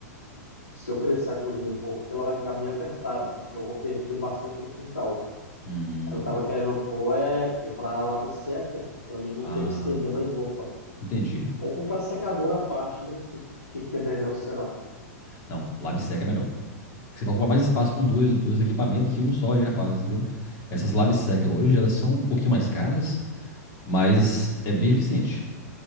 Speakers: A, on the left; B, on the left.
A: se eu crescer a cozinha um pouco aqui, ela vai ficar bem apertada. Eu vou perder bastante no quintal.
B: Hum,
A: Aí Eu tava querendo pôr é comprar a lave seca, para mim não
B: ah,
A: ter que estender mais roupa.
B: entendi.
A: Ou comprar secador à parte, né? Que, que, que é melhor será?
B: Não, lave seca é melhor. Porque Você vai ocupar mais espaço com dois, dois equipamentos que um só já faz, entendeu? Essas lave seca hoje, elas são um pouquinho mais caras, Mas é bem eficiente.